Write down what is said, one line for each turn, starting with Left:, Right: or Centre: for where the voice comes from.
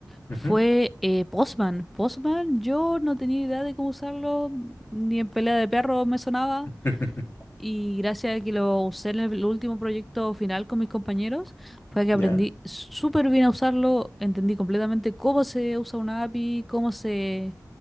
Centre: fue
Left: ujú,
Centre: eh, Postman. Postman, yo no tenía idea de cómo usarlo, ni en pelea de perro me sonaba.
Left: <laughs>
Centre: Y gracias a que lo usé en el último proyecto final con mis compañeros, fue que aprendí
Left: ¿Ya?
Centre: súper bien a usarlo, entendí completamente cómo se usa una API, cómo se